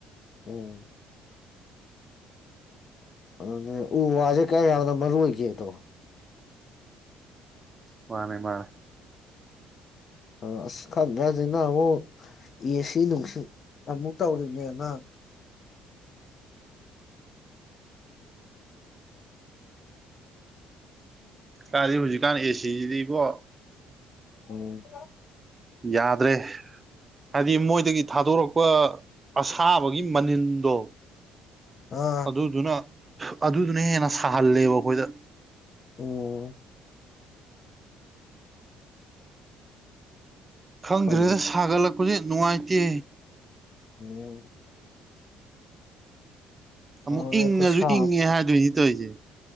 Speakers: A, on the left; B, on the right.
A: ꯎꯝ ꯑ ꯎ ꯋꯥꯁꯦ ꯀꯥꯏ ꯌꯥꯝꯗ ꯃꯅ ꯑꯣꯏꯏ ꯀꯦꯇ
B: ꯃꯥꯅꯦ ꯃꯥꯅꯦ
A: ꯑ ꯑꯁ ꯈꯪꯉꯦꯁꯤꯅ ꯑꯃꯨꯛ ꯑꯦꯁꯤ ꯅꯨꯡꯁꯤꯠ ꯑꯃꯨꯛ ꯇꯧꯔꯤꯅꯦꯅ
B: ꯀꯗꯤ ꯍꯧꯖꯤꯛꯀꯥꯟ ꯑꯦꯁꯤꯁꯤꯗꯩꯕꯣ
A: ꯎꯝ
B: ꯌꯥꯗ꯭ꯔꯦ ꯍꯥꯏꯗꯤ ꯃꯣꯏꯗꯒꯤ ꯊꯥꯗꯣꯔꯛꯄ ꯑꯁꯥꯕꯒꯤ ꯃꯅꯤꯜꯗꯣ
A: ꯑꯥ
B: ꯑꯗꯨꯗꯨꯅ ꯑꯗꯨꯗꯨꯅ ꯍꯦꯟꯅ ꯁꯥꯍꯜꯂꯦꯕ ꯑꯩꯈꯣꯏꯗ
A: ꯎꯝ
B: ꯈꯪꯗ꯭ꯔꯦꯗ
A: ꯈꯪꯗꯦ
B: ꯁꯥꯒꯠꯂꯛꯄ ꯍꯧꯖꯤꯛ ꯅꯨꯡꯉꯥꯏꯇꯦ
A: ꯎꯝ
B: ꯑꯃꯨꯛ
A: ꯑꯗꯨꯅꯦ
B: ꯏꯪꯉꯁꯨ
A: ꯈꯨꯠꯁꯥ
B: ꯏꯪꯉꯦ ꯍꯥꯏꯗꯣꯏꯅꯤ ꯇꯧꯔꯤꯁꯦ